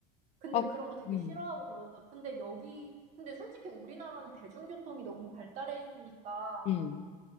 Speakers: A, on the right (about 40°); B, on the left (about 35°).
A: 근데
B: 아,
A: 그런 거 되게
B: 응,
A: 싫어하고 그러죠. 근데 여기, 근데 솔직히 우리나라는 대중교통이 너무 발달해 있으니까
B: 응.